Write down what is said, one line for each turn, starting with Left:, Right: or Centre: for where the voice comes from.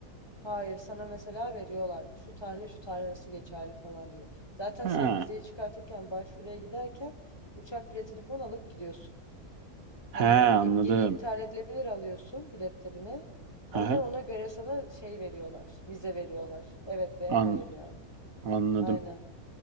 Left: Hayır, sana mesela veriyorlar. Şu tarihle şu tarih arası geçerli falan diye. Zaten
Right: Ha,
Left: sen vizeyi çıkartırken başvuruya giderken uçak biletini falan alıp gidiyorsun. Hani
Right: ha
Left: ip
Right: anladım.
Left: geri iptal edilebilir alıyorsun biletlerini. Onlar
Right: Ha, ha,
Left: ona göre sana şey veriyorlar, vize veriyorlar. Evet veya
Right: an,
Left: hayır yani.
Right: anladım.
Left: Aynen.